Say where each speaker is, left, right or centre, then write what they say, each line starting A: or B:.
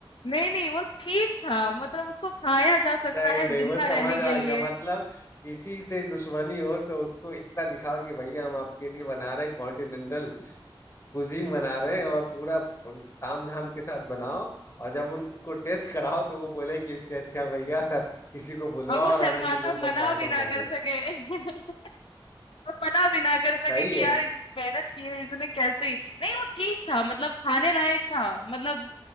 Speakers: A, on the left; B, on the left.
A: नहीं नहीं वो ठीक था
B: <laughs>
A: मतलब उसको खाया जा सकता
B: नहीं
A: है
B: नहीं
A: जिंदा
B: वो समझ
A: रहने के
B: आ
A: लिए
B: गया मतलब किसी से दुश्मनी हो तो उसको इतना दिखाओ कि भैया हम आपके लिए बना रहे कॉन्टिनेंटल कुजीन बना रहे हैं और पूरा ताम झाम के साथ बनाओ और जब उनको टेस्ट कराओ तो वो बोले कि इससे अच्छा भैया <laughs> किसी को बुलवाओ
A: और वो शर्माता
B: और हमें सीधे ऊपर
A: मना
B: पार्सल
A: भी ना
B: कर दो
A: कर सके <laughs> वो मना भी ना कर सके
B: सही
A: कि
B: है
A: यार इसने मेहनत की है इसने कैसे ही नहीं वो ठीक था मतलब खाने लायक था मतलब